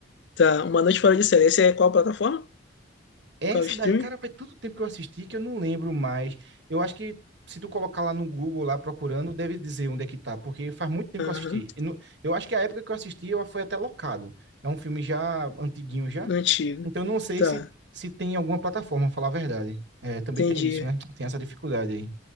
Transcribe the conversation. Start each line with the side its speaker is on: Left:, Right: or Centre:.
Left: Tá, Uma Noite Fora de Série. Esse é qual plataforma?
Right: Essa
Left: Qual streaming?
Right: daí, cara, faz tanto tempo que eu assisti que eu não lembro mais. Eu acho que se tu colocar lá no Google, lá procurando, deve dizer onde é que tá, porque faz muito tempo
Left: Aham.
Right: que eu assisti. E não- Eu acho que a época que eu assisti, eu foi até locado. É um filme já antiguinho já.
Left: Antigo.
Right: Então eu não sei
Left: Tá,
Right: se, se tem alguma plataforma, falar a verdade. É, também
Left: entendi.
Right: tem isso, né? Tem essa dificuldade aí.